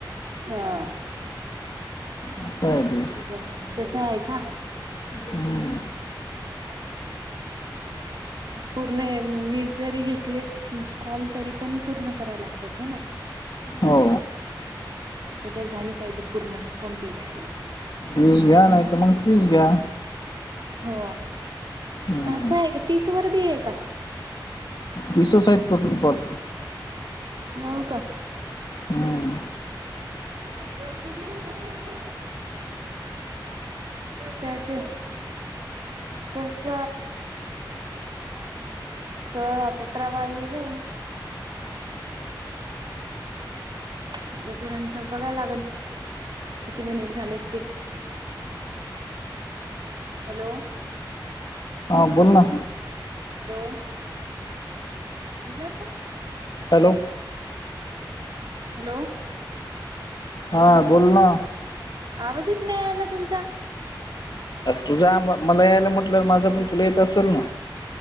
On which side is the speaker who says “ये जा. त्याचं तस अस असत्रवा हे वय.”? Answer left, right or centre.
Right